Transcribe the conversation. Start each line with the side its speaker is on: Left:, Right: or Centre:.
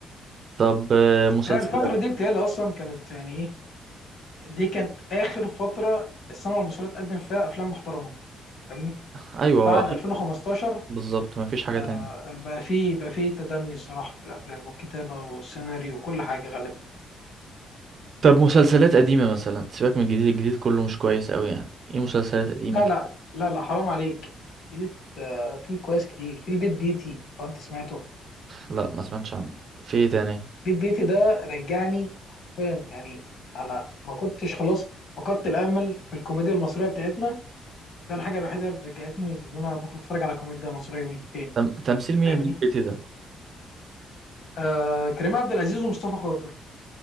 Right: طب آه، مسلسلات
Left: لا، الفتره دي بتهيألي اصلا كانت يعني ايه دي كانت اخر فتره السينما المصريه تقدم فيها افلام محترمه فاهمني
Right: ايوه هو
Left: بعد
Right: اخر
Left: 2015
Right: بالظبط مفيش
Left: لا،
Right: حاجه تاني
Left: بقى فيه بقى فيه تدني الصراحة في الأفلام والكتابة والسيناريو وكل حاجة غالبا
Right: طب مسلسلات قديمه مثلا سيبك من الجديد الجديد كله مش كويس قوي يعني ايه مسلسلات قديمه
Left: لا
Right: كده
Left: لا لا لا حرام عليك جيت آه، في كويس كتير في البيت بيتي لو أنت سمعته
Right: لا ما سمعتش عنه في ايه تاني
Left: البيت بيتي ده رجعني حرفيا يعني أنا ما كنتش خلاص فقدت الأمل في الكوميديا المصرية بتاعتنا ده الحاجة الوحيدة اللي رجعتني اللي أنا ممكن أتفرج على كوميديا مصرية من تاني
Right: تم... تمثيل مين
Left: فاهمني
Right: بالبيتي ده
Left: آه كريم عبد العزيز ومصطفى خاطر